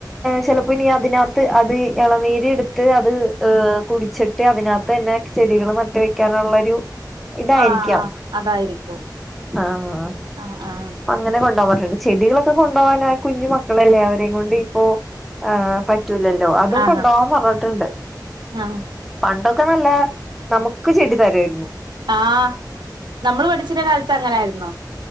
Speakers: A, in the centre; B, on the right.
A: ചെലപ്പോ ഇനി അതിനാത്ത് അത് ഇളനീര് എട് ത്ത് അത് കുടിച്ചിട്ട് അതിനകത്ത് തന്നെ ചെടികൾ നട്ട് വെക്കാനുള്ളൊരു ഇതായിരിക്കാം
B: ആഹ് അതായിരിക്കും
A: ആഹ്
B: ആഹ് ആഹ്
A: അങ്ങനെ കൊണ്ടോവാൻ പറഞ്ഞ്ണ് ചെടികളൊക്കെ കൊണ്ടകാന് കുഞ്ഞു മക്കളല്ലേ അവരെ കൊണ്ട് ഇപ്പോ ആഹ് പറ്റൂലല്ലോ? അതും
B: ആഹ്
A: കൊണ്ടോവാൻ പറഞ്ഞിട്ടുണ്ട്
B: ആഹ്
A: പണ്ടൊക്കെ നല്ല നമുക്ക് ചെടി തരുവായിരുന്നു
B: ആഹ് നമ്മള് പഠിച്ചിന്നെ കാലത്ത് അങ്ങനായിരുന്നു